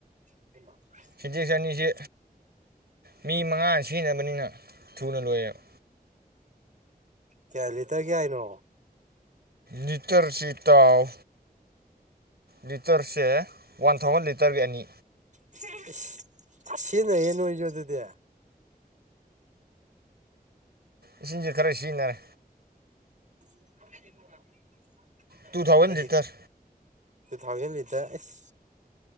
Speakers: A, on the right (about 50°); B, on the right (about 85°).
A: <unintelligible>
B: ꯁꯤꯟꯇꯦꯛꯖ ꯑꯅꯤꯁꯦ ꯃꯤ ꯃꯉꯥꯅ ꯁꯤꯖꯤꯟꯅꯕꯅꯤꯅ ꯊꯨꯅ ꯂꯣꯏꯌꯦꯕ
A: ꯀꯌꯥꯂꯤꯇꯔ ꯀꯌꯥꯏꯅꯣ
B: ꯂꯤꯇꯔꯁꯤ ꯏꯇꯥꯎ ꯂꯤꯇꯔꯁꯦ ꯋꯥꯟ ꯊꯥꯎꯖꯟ ꯂꯤꯇꯔꯒꯤ ꯑꯅꯤ
A: ꯏꯁ ꯑꯁ ꯁꯤꯖꯤꯅꯩꯌꯦ ꯅꯣꯏꯖꯨ ꯑꯗꯨꯗꯤ
B: ꯏꯁꯤꯡꯁꯦ ꯈꯔ ꯁꯤꯖꯤꯟꯅꯔꯦ
A: <unintelligible>
B: ꯇꯨ ꯊꯥꯎꯖꯟ
A: ꯀꯔꯤ
B: ꯂꯤꯇꯔ
A: ꯇꯨ ꯊꯥꯎꯖꯟ ꯂꯤꯇꯔ ꯑꯦꯁ